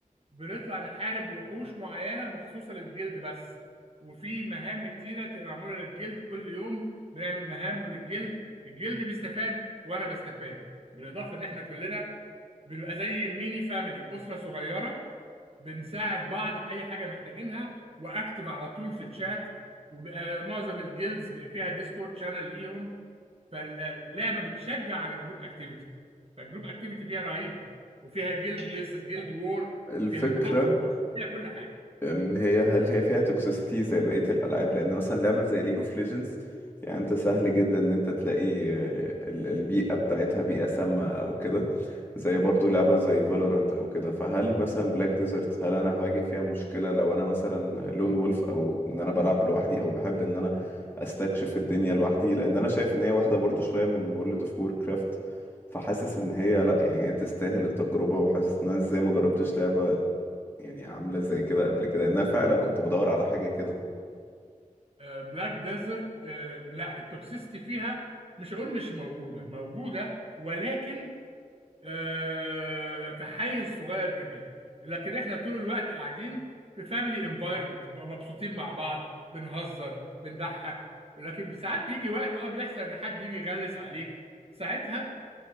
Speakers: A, on the right (about 45°); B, on the left (about 15°).
A: بنطلع نحارب وحوش معينة مخصوصة للجلد بس وفي مهام كتيرة تبقى معمولة للجلد كل يوم بنعمل مهام للجلد الجلد بيستفاد وأنا بستفاد بالإضافة إن إحنا كلنا بنبقى زي ميني فاميلي أسرة صغيرة بنساعد بعض في أي حاجة محتاجينها وأكتب على طول في الشات وبقى معظم الجيلدز بيبقى فيها ديسكورد شانل ليهم فاللعبه بتشجع على الجروب اكتيفيتي فالجروب اكتيفيتي فيها رهيبه وفيها جيلد فيرسس جيلد وور
B: الفكرة
A: فيها ميد وور فيها كل حاجه
B: أم هي هل هي فيها توكسيسيتي زي بقية الألعاب لأن مثلا لعبة زي ليج اوف ليجندز يعني أنت سهل جدا إن أنت تلاقي آه، ال- البيئة بتاعتها بيئة سامة أو كده زي برضو لعبة زي فالورانت أو كده فهل مثلا بلاك ديزرت هل أنا هواجه فيها مشكلة لو أنا مثلا لون وولف أو إن أنا بلعب لوحدي أو بحب إن أنا أستكشف الدنيا لوحدي لأن أنا شايف إن هي واخدة برضو شوية من وورلد اوف وور كرافت فحاسس إن هي لأ يعني هي تستاهل التجربة وحاسس إن أنا إزاي ما جربتش لعبة يعني عاملة زي كده قبل كده انا فعلا كنت بدور على حاجة كده
A: بلاك ديزرت لا التوكسيستي فيها مش هقول مش موجوده موجوده ولكن آه، في حيز صغير جدا لكن احنا طول الوقت قاعدين في فاميلي انفايرمنت مبسوطين مع بعض بنهزر بنضحك ولكن ساعات بيجي وقت اه بيحصل ان حد يجي يغلس عليك ساعتها